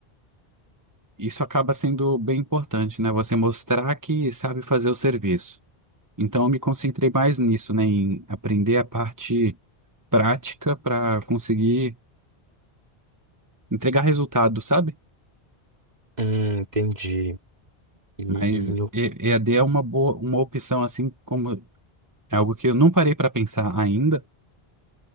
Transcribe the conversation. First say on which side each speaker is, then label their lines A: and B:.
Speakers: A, on the right; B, on the right.
A: Isso acaba sendo bem importante, né? Você mostrar que sabe fazer o serviço. Então, eu me concentrei mais nisso, né? Em aprender a parte prática para conseguir entregar resultado, sabe?
B: Hum, entendi. E,
A: Mas
B: e no-
A: E- EAD é uma boa, uma opção, assim como é algo que eu não parei para pensar ainda,